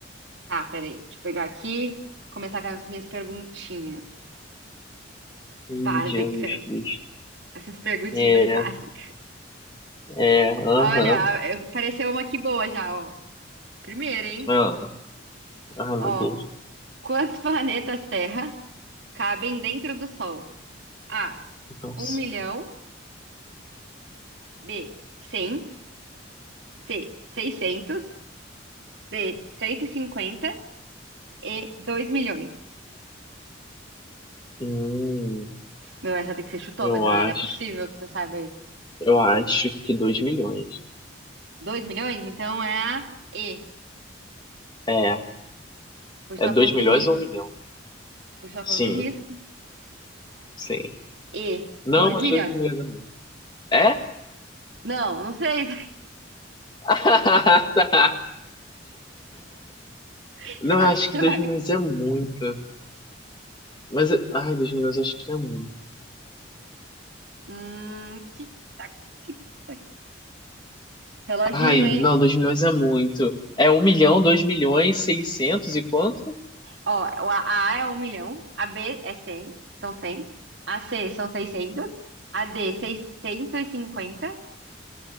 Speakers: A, on the right (about 65°); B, on the left (about 25°).
A: Tá, peraí. Deixa eu pegar aqui, começar com as minhas perguntinhas
B: Ih,
A: básicas.
B: Jesus Cristo.
A: Essas perguntinhas
B: É,
A: básicas.
B: é, aham.
A: Olha, eu- pareceu uma aqui boa já, ó. Primeiro, hein?
B: ah, Ai, meu
A: Ó,
B: Deus.
A: quantos planetas Terra cabem dentro do Sol? A,
B: Nossa.
A: um milhão. B, 100. C, 600. D, 150. e 2 milhões.
B: Hum,
A: Meu, essa tem que ser chutômetro,
B: eu acho.
A: né? Não é possível que você saiba isso.
B: Eu acho que 2 milhões.
A: dois milhões? Então é a E,
B: É,
A: por sua
B: é 2
A: conta
B: milhões
A: e risco.
B: ou um milhão?
A: Por sua conta
B: Sim,
A: e risco.
B: sim.
A: E,
B: Não,
A: dois
B: acho
A: milhões.
B: que 2 milhões é muito. É?
A: Não, não sei
B: <laughs> Tá.
A: <laughs>
B: Não,
A: qual
B: eu acho
A: que você
B: que 2
A: vai.
B: milhões é muito. Mas, ai, 2 milhões acho que é muito.
A: Hum, tic-tac, tic-tac. Reloginho,
B: Ai,
A: hein?
B: não, dois milhões é muito. É um milhão, 2 milhões, seiscentos e quanto?
A: Ó, a A é um milhão, a B é cem são cem a C são seiscentos a D seiscentos e cinquenta